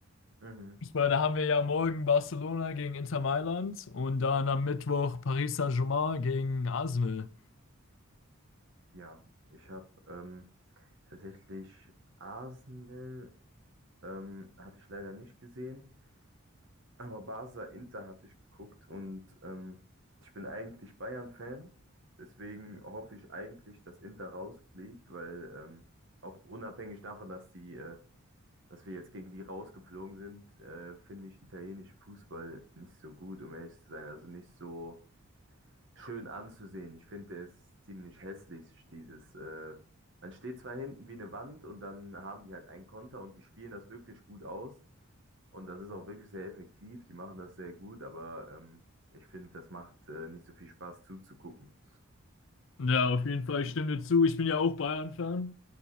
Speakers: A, on the right; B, on the left.
A: Mhm.
B: Fußball, Da haben wir ja morgen Barcelona gegen Inter Mailand und dann am Mittwoch Paris Saint-Germain gegen Arsenal.
A: Ja, ich habe ähm, tatsächlich Arsenal, ähm, hatte ich leider nicht gesehen, aber Barca Inter hatte ich geguckt und ähm, ich bin eigentlich Bayern-Fan, deswegen hoffe ich eigentlich, dass Inter rausfliegt, weil ähm, auch unabhängig davon, dass die, äh, dass wir jetzt gegen die rausgeflogen sind, äh, finde ich italienischen Fußball nicht so gut, um ehrlich zu sein. Also nicht so schön anzusehen. Ich finde, der ist ziemlich hässlich, dieses, äh, man steht zwar hinten wie eine Wand und dann haben die halt einen Konter und die spielen das wirklich gut aus. Und das ist auch wirklich sehr effektiv. Die machen das sehr gut, aber ähm, ich finde, das macht äh, nicht so viel Spaß zuzugucken.
B: Ja, auf jeden Fall, ich stimme dir zu. Ich bin ja auch Bayern-Fan.